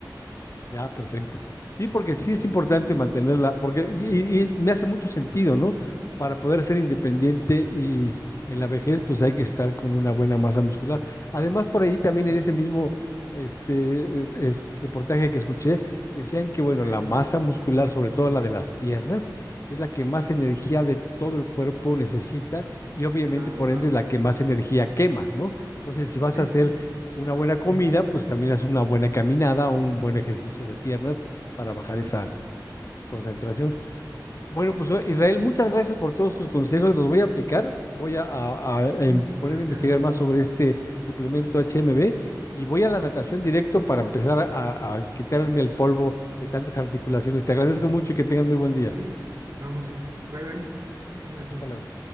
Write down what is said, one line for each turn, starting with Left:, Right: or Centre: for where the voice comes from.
Left: Ya, perfecto. Sí, porque sí es importante mantenerla, porque y, y me hace mucho sentido, ¿no? Para poder ser independiente y en la vejez, pues hay que estar con una buena masa muscular. Además, por ahí también
Right: Eh,
Left: en ese mismo este, eh, es- reportaje que escuché, decían que, bueno,
Right: ¿Ok?
Left: la masa muscular, sobre todo la de las piernas, es la que más energía de todo el cuerpo necesita y obviamente,
Right: Ah,
Left: por
Right: wow.
Left: ende, es la que más energía quema, ¿no? Entonces, si vas
Right: Sí,
Left: a hacer una buena
Right: sí.
Left: comida, pues también haces una buena caminada, un buen ejercicio de piernas para bajar
Right: Para
Left: esa
Right: que...
Left: concentración. Bueno, pues eh, Israel, muchas gracias por todos tus consejos,
Right: Sí,
Left: los voy a aplicar, voy a, a- a, em,
Right: sí,
Left: ponerme
Right: muchas
Left: a investigar
Right: gracias.
Left: más sobre este suplemento HMB y voy a la natación directo para empezar a, a quitarme el polvo de tantas articulaciones. Te agradezco mucho y que tengas muy buen día.
Right: A ti. No, muchas. Bye, bye. Muchas gracias.
Left: Hasta luego.